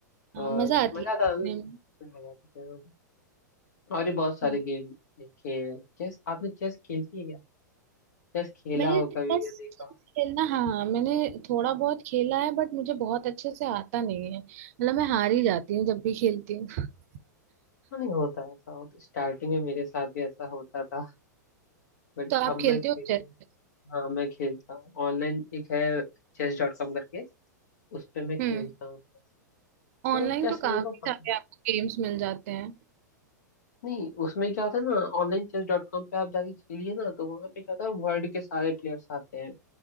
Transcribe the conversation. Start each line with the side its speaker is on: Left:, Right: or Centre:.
Right: हाँ
Left: और
Right: मजा आती
Left: मजा
Right: है
Left: आता है
Right: देखने
Left: उसमें
Right: में
Left: मजा आता है और भी बहुत सारे
Right: हम्म,
Left: गेम देखे हैं चेस आपने चेस खेलती है क्या चेस खेला
Right: मैंने
Left: हो
Right: चेस
Left: कभी या देखा हो
Right: खेलना हाँ मैंने थोड़ा बहुत खेला है बट मुझे बहुत अच्छे से आता नहीं है मतलब मैं हार ही जाती हूँ जब भी खेलती हूँ <laughs>
Left: हाँ, नहीं होता है ऐसा होता स्टार्टिंग में मेरे साथ भी ऐसा होता था बट
Right: तो आप
Left: अब
Right: खेलते
Left: मैं खेल
Right: हो चेस
Left: हाँ मैं खेलता हूँ ऑनलाइन एक है चेस डॉट कॉम करके उस पे मैं
Right: हम्म
Left: खेलता हूँ
Right: ऑनलाइन
Left: तो चेस
Right: तो
Left: मेरे
Right: काफी
Left: को पसंद
Right: सारे आपको गेम्स मिल जाते हैं
Left: नहीं उसमें क्या होता है ना ऑनलाइन चेस डॉट कॉम पे आप जाके खेलिए ना तो वहाँ पे क्या होता है वर्ल्ड के सारे प्लेयर्स आते हैं